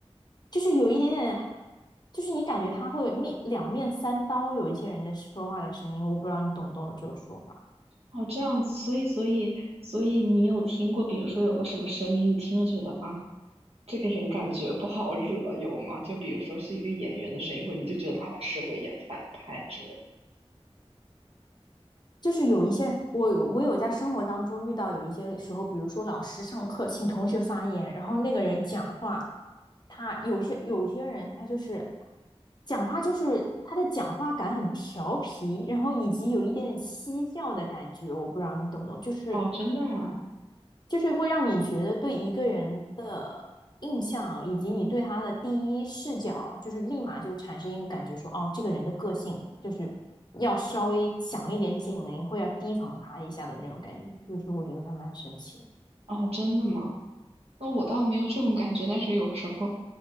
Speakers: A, on the left; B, on the right.
A: 就是有一点点，就是你感觉他会面两面三刀。有一些人的说话的声音，我不知道你懂不懂我这个说法。
B: 哦，这样子，所以所以所以你有听过，比如说有个什么声音，你听了觉得啊。这个人感觉不好惹，有吗？就比如说是一个演员的声音，或者你就觉得他很适合演反派之类的。
A: 就是有一些人我有我有在生活当中遇到有一些时候，比如说老师上课请同学发言，然后那个人讲话，他有些有些人他就是讲话就是他的讲话感很调皮，然后以及有一点点嬉笑的感觉，我不知道你懂不懂，就是
B: 哦，真的啊？
A: 就是会让你觉得对一个人的印象以及你对他的第一视角，就是立马就产生一个感觉说，哦，这个人的个性就是要稍微响一点警铃，会要提防他一下的那种感觉，就是我觉得还蛮神奇的。
B: 哦，真的吗？那我倒没有这种感觉，但是有时候，